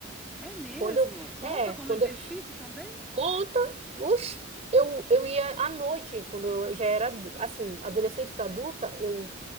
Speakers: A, in the centre; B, on the right (about 35°).
A: É mesmo?
B: Quando
A: Conta
B: eu, é,
A: como
B: quando
A: exercício
B: eu,
A: também?
B: conta, oxe, eu, eu ia à noite, quando eu já era adu- assim, adolescente para adulta, eu